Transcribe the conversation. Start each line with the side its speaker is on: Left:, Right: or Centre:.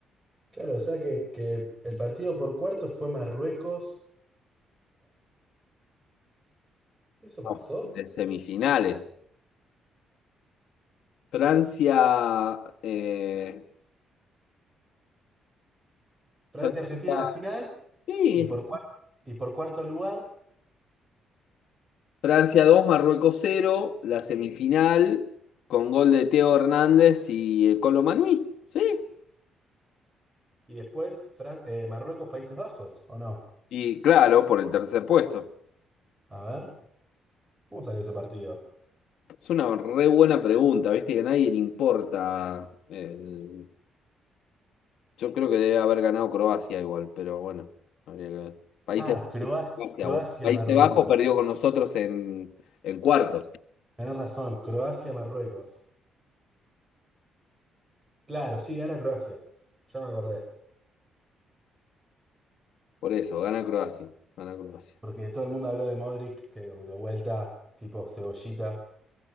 Right: Claro, o sea que, que el partido por cuarto fue Marruecos-Holanda. ¿Eso
Left: Vamos.
Right: pasó?
Left: De semifinales. Francia, eh,
Right: Francia-Argentina
Left: Francia,
Right: en la final
Left: sí,
Right: y por cuarto, y por cuarto lugar.
Left: Francia 2, Marruecos cero la semifinal con gol de Teo Hernández y el Colo Manui, ¿sí?
Right: Y después Fran- eh, Marruecos, Países Bajos, ¿o no?
Left: Y claro, por el tercer puesto.
Right: A ver, ¿cómo salió ese partido?
Left: Es una re buena pregunta, ¿viste? Que a nadie le importa el- Yo creo que debe haber ganado Croacia igual, pero bueno, habría que ver. Países,
Right: Ah, Croacia,
Left: Croacia,
Right: Croacia,
Left: boludo. Países
Right: Marruecos.
Left: Bajos perdió con nosotros en, en cuartos.
Right: Tenés razón, Croacia, Marruecos. Claro, sí, gana Croacia. Ya me acordé.
Left: Por eso, gana Croacia. Gana Croacia.
Right: Porque todo el mundo habló de Modric, que de vuelta, tipo cebollita,